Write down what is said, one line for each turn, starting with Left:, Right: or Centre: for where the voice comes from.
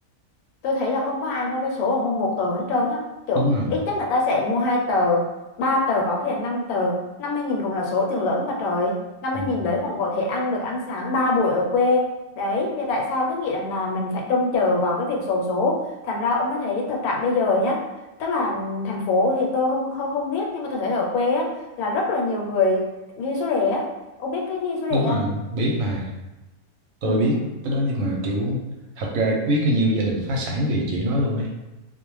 Left: tôi thấy là không có ai mua vé số hoặc mua một tờ hết trơn á kiểu
Right: đúng rồi
Left: ít nhất là ta sẽ mua hai tờ ba tờ có khi là năm tờ năm mươi nghìn cũng là số tiền lớn mà trời năm
Right: ừ.
Left: mươi nghìn đấy còn có thể ăn được ăn sáng ba buổi ở quê đấy thì tại sao cứ nghĩ rằng là mình phải trông chờ vào cái việc xổ số thành ra ông mới thấy thực trạng bây giờ nhá tức là ừm, thành phố thì tôi không không không biết nhưng mà tôi thấy ở quê á là rất là nhiều người ghi số đề á ông biết cái ghi số đề
Right: đúng rồi
Left: không
Right: biết mà tôi
Left: ừ
Right: biết cái đó nhưng mà kiểu thật ra biết bao nhiêu gia đình phá sản vì chuyện đó luôn ấy